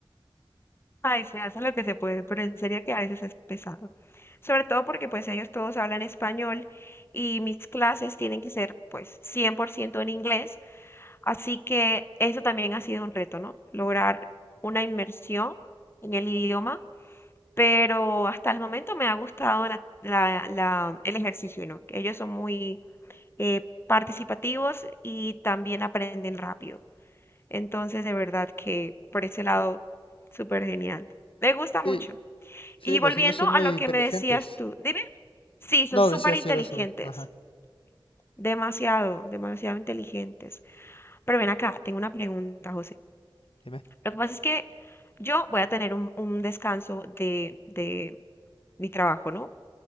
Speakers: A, on the left (about 25°); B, on the left (about 75°).
A: Ay, se hace lo que se puede, pero en serio que a veces es pesado. Sobre todo porque pues ellos todos hablan español y mis clases tienen que ser pues 100% en inglés, así que eso también ha sido un reto, ¿no? Lograr una inmersión en el idioma, pero hasta el momento me ha gustado la- la- la- el ejercicio, ¿no? Que ellos son muy eh, participativos y también aprenden rápido. Entonces, de verdad que por ese lado, súper genial. Me gusta mucho.
B: Sí, sí,
A: Y
B: los
A: volviendo
B: niños son
A: a
B: muy
A: lo
B: inteligentes.
A: que me decías tú, dime, sí, son
B: No,
A: súper
B: decía
A: inteligentes,
B: sí, los son. Ajá,
A: demasiado, demasiado inteligentes. Pero ven acá, tengo una pregunta, José.
B: dime.
A: Lo que pasa es que yo voy a tener un, un descanso de, de mi trabajo, ¿no?